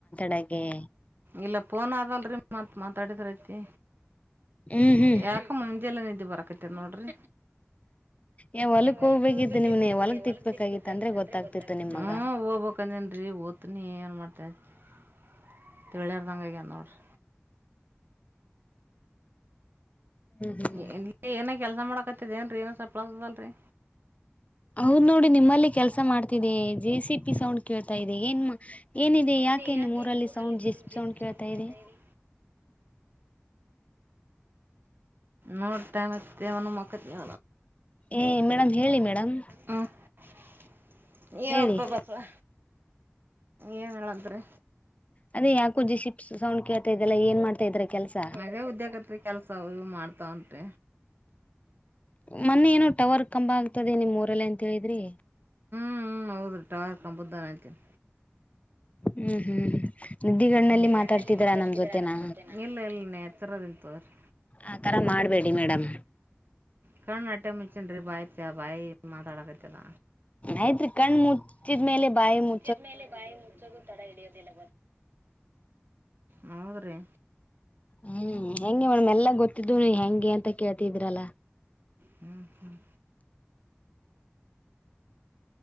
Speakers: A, on the left; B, on the right.
A: ಡಗೆ <unintelligible>
B: ಇಲ್ಲ ಪೋನ್ ಆದಲ್ರಿ ಮತ್ ಮಾತಾಡಿದ್ರಐತಿ
A: ಹ್ಮ್ ಹ್ಮ್
B: ಯಾಕ ಮುಂಜೆಲ್ಲ ನಿದ್ದು ಬರಕತ್ತ ನೋಡ್ರಿ
A: ಏ
B: ನ ಹೊಲಕ್
A: ಹೋಗ್ಬೇಕಿತ್ತು
B: ಹೋಗ್ಬೇಕಿದ್ದ
A: ನಿಮ್ನೆ
B: ನಿಮ್ನ ಹೊಲಕ್
A: ತಿಕ್ಬೇಕಾಗಿತ್ತ
B: ಸಿಗ್ಬೇಕಾಗಿದ್ದ ಅಂದ್ರೆ
A: ಗೊತ್ತಾಗ್ತಿತ್ತು
B: ಗೊತ್ತಾಗತ
A: ನಿಮ್ ಮಗ
B: ಹ ಹೋಗ್ಬೇಕೇನ ಒತಿನಿ ಏನು ಮಾಡ್ತೆ <unintelligible> ತಿಳಿಯಾರ್ದಂಗಗ ನೋಡ್ರಿ
A: ಹ್ಮ್ ಹ್ಮ್
B: ಇ ಏನ ಕೆಲ್ಸ ಮಾಡಕತ್ತಿದ ಏನ್ರರಿ ಏನ ಸಪ್ಲದಲ್ರರಿ
A: ಹೌದ್ ನೋಡಿ ನಿಮ್ಮಲ್ಲಿ ಕೆಲಸ ಮಾಡ್ತಿದೆ ಜೆ ಸಿ ಪಿ ಸೌಂಡ್ ಕೇಳ್ತಾ ಇದೆ ಏನ್ ಏನಿದೆ ಯಾಕೆ
B: ಯಾಕೆ
A: ನಿಮ್ ಊರಲ್ಲಿ
B: ನಿಮ್ಮಊರಲ್ಲಿ
A: ಸೌಂಡ್
B: ಮುಂಜೆಜ
A: ಜೆ ಸಿ ಪಿ ಸೌಂಡ್
B: ಉಂ ಕೇಳ್ತಾ
A: ಇದೆ
B: ಇರಿ ನೋಡ್ತ ಮತ್ತೇವನ ಮಕ್ಕತ್ವ
A: ಏ ಮೇಡಮ್ ಹೇಳಿ ಮೇಡಮ್
B: ಹ್ಮ <unintelligible> ನೀ ಯಬಬಾ
A: ಹೇಳಿ
B: <unintelligible> ಏನ್ ಹೇಳದ್ರಿ
A: ಅದೇ ಯಾಕೋ ಜಿಶಿಪ್ಸ್ ಸೌಂಡ್ ಕೇಳ್ತಾ ಇದೆಲ್ಲ ಏನ್ ಮಾಡ್ತಾ ಇದ್ರ ಕೆಲ್ಸ
B: ದೇ ಉದ್ಯೋಗತ್ ಕೆಲಸ ಮಾಡ <unintelligible> <unintelligible>
A: ಮೊನ್ನೆ ಏನೋ ಟವರ್ ಕಂಬ ಆಗ್ತದೆ ನಿಮ್ ಊರಲ್ಲ ಅಂತ ಹೇಳಿದ್ರಿ
B: ಹ್ಮ್ ಹೌದು ಟವರ್ ಕಂಬದ್ದು ಹ್ಮ
A: ಹ್ಮ್ ಹ್ಮ್ ನಿದ್ದಿಗಣ್ಣಲ್ಲಿ
B: ಹ್ಮುದಲ್ಲಿ
A: ಮಾತಾಡ್ತಿದೀರಾ
B: <unintelligible> ಮಾತಾಡ್ತಿದರಾ
A: ನಮ್ ಜೊತೆನಾ
B: ನ ಜೊತೆ ಇಲ್ಲ ಇಲ್ಲತ್ತರದಂತ ಹಾ <inaudible>
A: ಆತರ ಮಾಡಬೇಡಿ ಮೇಡಂ
B: ಕಾರಣಣ ಟೈಮ ಮಿಚನ್ ರ ಬಾಯ ಬಾಯ ಮಾತಡಕ ಚಲ್ಲ
A: ಆಯ್ತ್ರಿ ಕಣ್ ಮುಚ್ಚಿದ್ಮೇಲೆ ಬಾಯಿ ಮು
B: ಇದ್ಮೇಲೆ ಬಾಯಿ ಮುಜೋಗೂ ತಡ ಹಿಡಿಯೋದಿಲ್ ಹದ್ರಿ
A: ಹ್ಮ್ ಹೆಂಗೆ ಮೇಡಮ್ ಎಲ್ಲ ಗೊತ್ತಿದ್ದು ನೀ ಹೆಂಗೆ ಅಂತ ಕೇಳ್ತಿದಿರಲ್ಲ
B: ಹ್ಮ್ ಹ್ಮ್